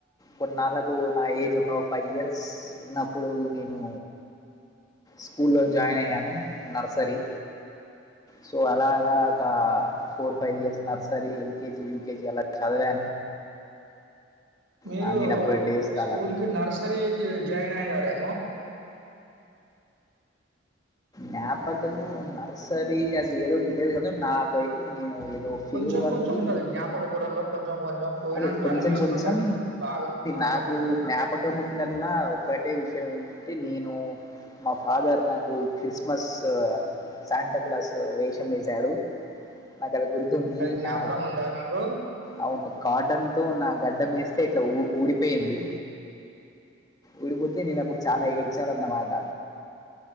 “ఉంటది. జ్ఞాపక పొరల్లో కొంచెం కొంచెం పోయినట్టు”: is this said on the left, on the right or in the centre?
Right